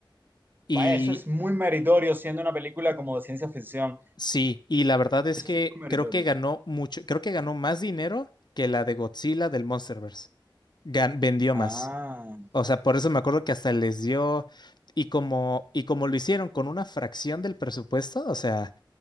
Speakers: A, on the left; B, on the right.
A: Y
B: Vaya, eso es muy meritorio siendo una película como de ciencia ficción.
A: sí, y la verdad es
B: Eso
A: que
B: es muy meritorio.
A: creo que ganó mucho, creo que ganó más dinero que la de Godzilla del Monsterverse. Gan- vendió
B: Ah,
A: más. O sea, por eso me acuerdo que hasta les dio y como y como lo hicieron con una fracción del presupuesto, o sea,